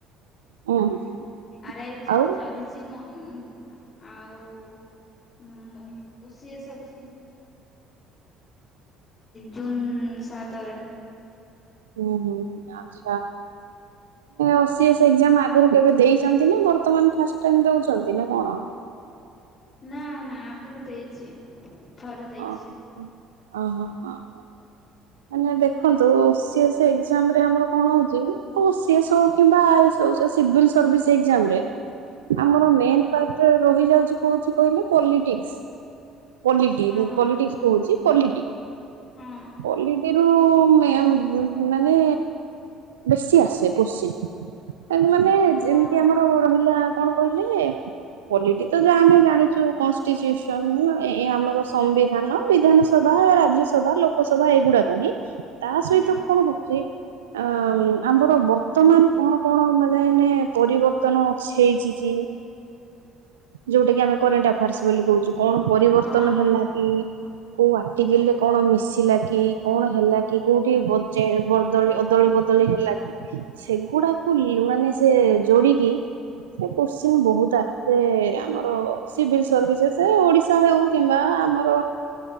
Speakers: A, on the left (about 40°); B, on the right (about 80°).
A: <inaudible>
B: ହୁଁ ହୁଁ
A: ଆରାଇ ଏକ୍ସାମ୍
B: ଆଉ
A: ତ ଚାଲିଛି ମୋ ଉ ଆଉ ଉ ଓ ସି ଏସ୍ ଅଛି। ଜୁନ୍ ସାତରେ।
B: ହୁଁ ହୁଁ ଆଚ୍ଛା। ଓ ସି ଏସ୍ ଏକ୍ସାମ୍ ଆଗରୁ କେବେ ଦେଇଛନ୍ତି ନା ବର୍ତ୍ତମାନ ଫାଷ୍ଟ ଟାଇମ ଦଉଛନ୍ତି ନା କଣ?
A: ନା ନା ଆଗରୁ ଦେଇଛି। ଥରେ ଦେଇଛି
B: ଓ ହୋ। ଓହୋ ହଁ ହଁ। ମାନେ ଦେଖନ୍ତୁ ସେ ସେ ଏକ୍ସାମ ରେ ଆମର କଣ ହଉଛି। ଓ ସି ଏସ ହେଉ କିମ୍ବା ଆଇ ଏସ ହେଉ ସେ ସିଭିଲ ସର୍ଭିସ୍ ଏକ୍ସାମ୍ ରେ ଆମର ମେନ୍ ପାର୍ଟ ରହିଯାଉଛି କହୁଛି କହିଲେ ପଲିଟିକ୍ସ। ପଲିଟି
A: ହଁ
B: ପଲିଟିକ୍ସ
A: ହଁ
B: କହୁଛି ପଲିଟି।
A: ହଁ
B: ପଲିଟିରୁ ମେ ମାନେ ବେଶୀ ଆସେ କୋଶ୍ଚିନ୍। ଏ ମାନେ
A: ହଁ
B: ଯେମିତି ଆମର ରହିଲା କଣ କହିଲେ ପଲିଟି ତ ଯାହା ଆମେ ଜାଣିଛୁ କନଷ୍ଟିଚ୍ୟୁସନ୍ ଏ ଆମର ସମ୍ବିଧାନ ବିଧାନସଭା ରାଜ୍ୟସଭା ଲୋ ଲୋକସଭା ଏଇଗୁଡାକ ହିଁ ତା
A: ହଁ
B: ସହିତ କଣ ହଉଛି ଆ ଆମର ବର୍ତ୍ତମାନ କଣ କଣ ମାନେ ପରିବର୍ତ୍ତନ ଅ ହେଇଛି କି ଯୋଉଟା କି ଆମେ କରେଣ୍ଟ ଆଫେୟାର୍ସ ବୋଲି କହୁଛୁ। କଣ ପରିବର୍ତ୍ତନ
A: ହଁ ହଁ ହଁ
B: ହେଲା କି? କୋଉ ଆଟିକିଲ୍ ରେ କଣ ମିଶି ମିଶିଲାକି କଣ ହେଲା କି କୋଉଠି ବଦଳି ଅଦଳି ବଦଳି ହେଲା କି ସେଗୁଡାକୁ ମାନେ ସେ ଯୋଡିକି କୋଶ୍ଚିନ୍ ବହୁତ ଆ ସେ ଆମର ସିଭିଲ୍ ସର୍ଭିସେସ୍ ଓଡିଶା ହଉ କିମ୍ବା ଆମର